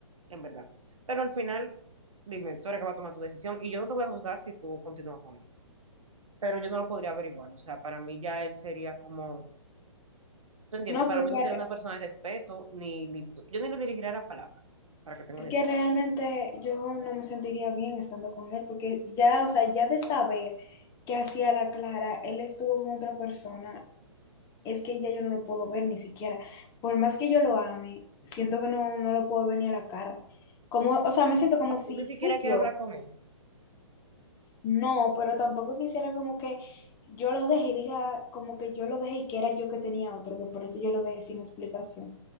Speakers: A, on the right (about 80°); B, on the left (about 20°).
A: en verdad. Pero al final, dime, tú eres que va a tomar tu decisión y yo no te voy a juzgar si tú continúas con él. Pero yo no lo podría averiguar. O sea, para mí ya él sería como ¿Tú entiendes?
B: No,
A: Para
B: porque
A: mí no sería una persona de respeto, ni, ni yo ni le dirigiría la palabra, para que tenga
B: Es
A: una idea.
B: que realmente yo no me sentiría bien estando con él, porque ya, o sea, ya de saber que hacía la Clara, él estuvo con otra persona, es que ya yo no lo puedo ver ni siquiera. Por más que yo lo ame, siento que no, no lo puedo ver ni a la cara. Como, o sea, me siento como
A: O sea,
B: si
A: tú ni siquiera
B: fui
A: quieres
B: yo.
A: hablar con él.
B: No, pero tampoco quisiera como que yo lo dejé y diga como que yo lo dejé y que era yo que tenía otro, que por eso yo lo dejé sin explicación.